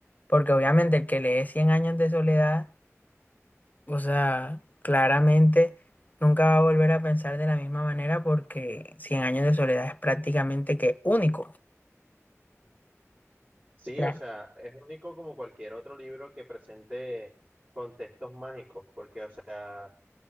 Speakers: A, on the left (about 30°); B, on the right (about 35°).
A: Porque obviamente el que lee cien años de soledad, o sea, claramente nunca va a volver a pensar de la misma manera porque cien años de soledad es prácticamente que único.
B: Sí,
A: Claro.
B: o sea, es único como cualquier otro libro que presente contextos mágicos, porque o sea,